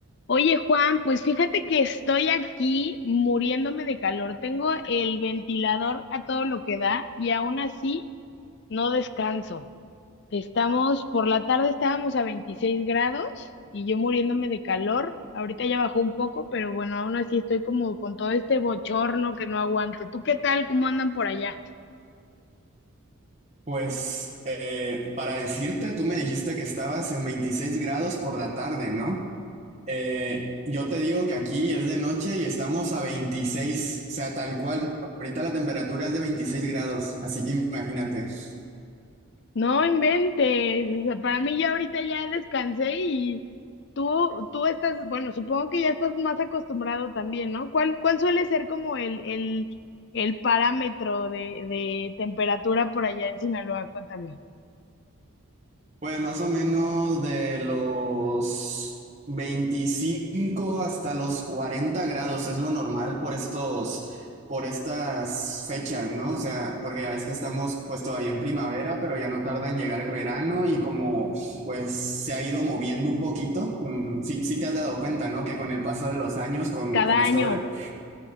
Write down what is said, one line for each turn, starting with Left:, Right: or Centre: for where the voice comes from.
Left: Oye, Juan, pues fíjate que estoy aquí muriéndome de calor. Tengo el ventilador a todo lo que da y aún así no descanso. Estamos, por la tarde estábamos a 26 grados y yo muriéndome de calor. Ahorita ya bajó un poco, pero bueno, aún así estoy como con todo este bochorno que no aguanto. ¿Tú qué tal? ¿Cómo andan por allá?
Right: Pues eh, para decirte, tú me dijiste que estabas en 26 grados por la tarde, ¿no? Eh, yo te digo que aquí es de noche y estamos a 26, o sea, tal cual. Ahorita la temperatura es de 26 grados, así que imagínate. <laughs>
Left: No inventes, o sea, para mí ya ahorita ya descansé y tú, tú estás, bueno, supongo que ya estás más acostumbrado también, ¿no? ¿Cuál, cuál suele ser como el, el, el parámetro de, de temperatura por allá en Sinaloa? Cuéntame.
Right: Pues más o menos de los 25 hasta los 40 grados es lo normal por estos, por estas fechas, ¿no? O sea, porque ya es que estamos pues todavía en primavera, pero ya no tarda en llegar el verano y como pues se ha ido moviendo un poquito, mm, sí, sí te has dado cuenta, ¿no? Que con el paso de los años, con,
Left: Cada
Right: con esto
Left: año,
Right: de